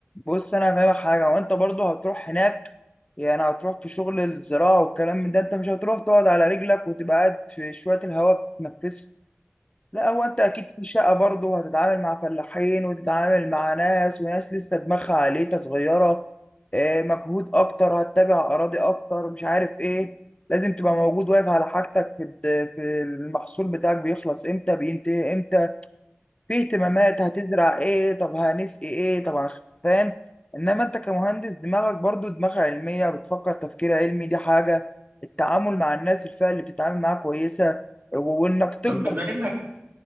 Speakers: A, on the left; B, on the right.
A: بص انا هفهمك حاجه وانت برضه هتروح هناك يعني هتروح في شغل الزراعه والكلام من ده انت مش هتروح تقعد على رجلك وتبقى قاعد في شويه الهواء تتنفسه لا هو انت اكيد في شقه برضه وهتتعامل مع فلاحين وتتعامل مع ناس وناس لسه دماغها عليتها صغيره آه، مجهود اكتر هتتابع اراضي اكتر مش عارف ايه لازم تبقى موجود واقف على حاجتك في الد- في المحصول بتاعك بيخلص امتى بينتهي امتى في اهتمامات هتزرع ايه طب هنسقي ايه طب هنخ- فاهم انما انت كمهندس دماغك برضه دماغ علميه بتفكر تفكير علمي دي حاجه التعامل مع الناس الفئه اللي بتتعامل معاها كويسه وانك تكبر
B: طب بما انك